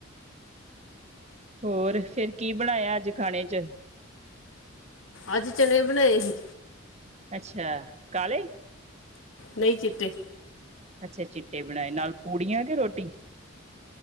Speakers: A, on the right; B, on the left.
A: ਹੋਰ, ਫੇਰ ਕੀ ਬਣਾਏਆ ਆੱਜ ਖਾਣੇ ਚ?
B: ਆੱਜ ਚਨੇ ਬਣਾਏ ਹੀ।
A: ਅੱਛਾ, ਕਾਲੇ?
B: ਨਈ, ਚਿੱਟੇ।
A: ਅੱਛਾ ਚਿੱਟੇ ਬਣਾਏ, ਨਾਲ ਪੂੜੀਆਂ ਕੇ ਰੋਟੀ?